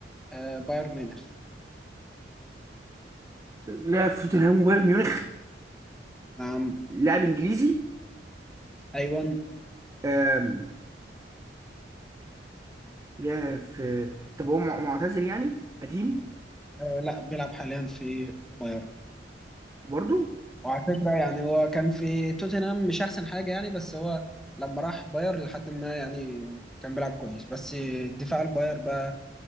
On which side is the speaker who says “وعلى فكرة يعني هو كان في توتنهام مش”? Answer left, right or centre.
Centre